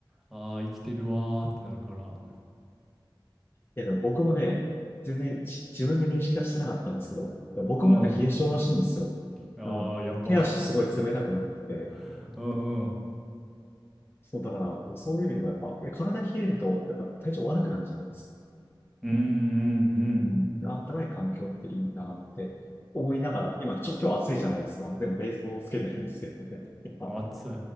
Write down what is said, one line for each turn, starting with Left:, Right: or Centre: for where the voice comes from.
Centre: ああ、生きてるわーってなるから。
Left: いや、でも僕もね、全然じ自分で認識はしてなかったんですけど、でも僕もなんか冷え性らしいんですよ。
Centre: うん。ああ、
Left: あの、
Centre: やっぱ
Left: 手足すごい冷たくなってて、
Centre: <laughs> うんうん。
Left: そう、だから、そういう意味でもやっぱ、え体冷えると、やっぱ体調悪くなるじゃないですか。
Centre: うんうん
Left: うん。であったかい環境っていいなって思いながら、今、ちょ、今日暑いじゃないですか。でも、冷房をつけてるんですけどね。<laughs> やっぱ、
Centre: うん。暑い。